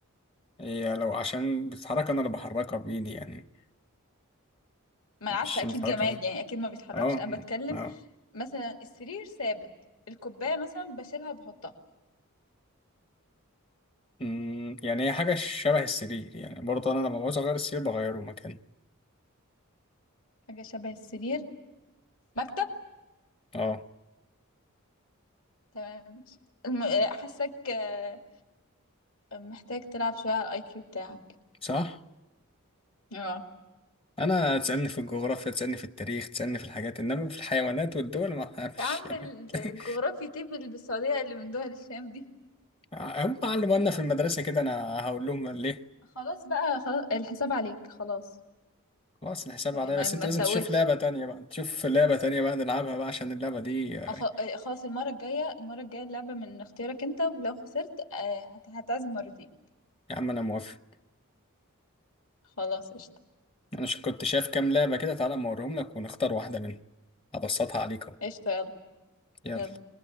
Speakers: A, on the left; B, on the left.
A: هي لو عشان بتتحرك انا اللي بحركها بايدي يعني
B: ما
A: مش
B: انا عارفه اكيد
A: بتحركها
B: جماد يعني اكيد ما بيتحركش
A: اه
B: انا بتكلم
A: اه
B: مثلا السرير ثابت الكوبايه مثلا بشيلها بحطها
A: أمم، يعني هي حاجه شبه السرير يعني برضه انا لما بعوز اغير السرير بغيره مكاني
B: حاجه شبه السرير مكتب
A: اه
B: تمام الم- حاسك آه، محتاج تلعب شوية على الاي كيو بتاعك
A: صح
B: اه
A: انا تسالني في الجغرافيا تسالني في التاريخ تسالني في الحاجات انما في الحيوانات والدول ما فيش
B: يا عم
A: يعني
B: ال-
A: <laughs>
B: الجغرافيا طب اللي بالسعودية اللي من دول الشام دي
A: هم علموا لنا في المدرسه كده انا هقول لهم ليه
B: خلاص بقى خلاص الحساب عليك خلاص
A: خلاص الحساب
B: يعني
A: عليا
B: ما
A: بس
B: ما
A: انت لازم
B: تتوهش
A: تشوف لعبه تانية بقى تشوف لعبه تانية بقى نلعبها بقى عشان اللعبه دي آه،
B: أخ- آه، خلاص المرة الجاية المرة الجاية اللعبة من اختيارك انت ولو خسرت آه، هت- هتعزم مرتين
A: يا عم انا موافق
B: خلاص قشطة
A: انا ش- كنت شايف كام لعبة كده تعالى أما اوريهم لك ونختار واحدة منهم ابسطها عليك اهو
B: قشطة يلا
A: يلا
B: يلا